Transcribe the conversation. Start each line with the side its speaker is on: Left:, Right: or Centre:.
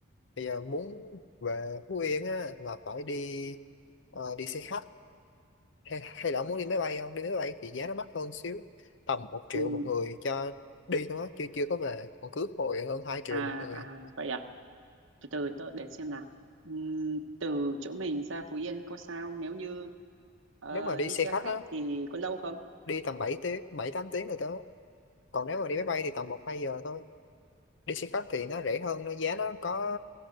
Left: bây giờ muốn về Phú Yên á là phải đi ờ, đi xe khách Hay, hay là ông muốn đi máy bay không? Đi máy bay thì giá nó mắc hơn xíu. Tầm một triệu
Right: ừ,
Left: một người cho đi thôi á, chưa chưa có về. Còn cước hồi hơn 2 triệu
Right: à
Left: một người.
Right: à vậy à từ từ tôi để xem nào ừ, từ chỗ mình ra Phú Yên có sao nếu như ờ,
Left: Nếu mà đi
Right: đi
Left: xe
Right: xe
Left: khách
Right: khách
Left: á,
Right: thì có lâu không
Left: đi tầm 7 tiếng, 7 8 tiếng rồi đó. Còn nếu mà đi máy bay thì tầm một 2 giờ thôi. Đi xe khách thì nó rẻ hơn, nó giá nó có